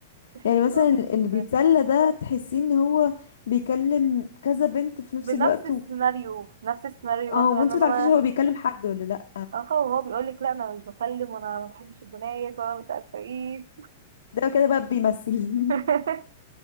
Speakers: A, on the right (about 85°); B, on the left (about 85°).
A: بحس
B: يعني مثلا
A: ان هو بيكون
B: اللي بيتسلى ده تحسين ان هو بيكلم كذا بنت في نفس
A: بنفس
B: الوقت
A: السيناريو في نفس السيناريو
B: اه
A: مثلا
B: وانت
A: ان انا
B: ما تعرفيش هو بيكلم حد ولا لا
A: اه هو بيقول لك لا انا مش بكلم وانا ما بحبش البنات وانا مش عارفه ايه
B: ده كده بقى بيمثل
A: <laughs>
B: <laughs>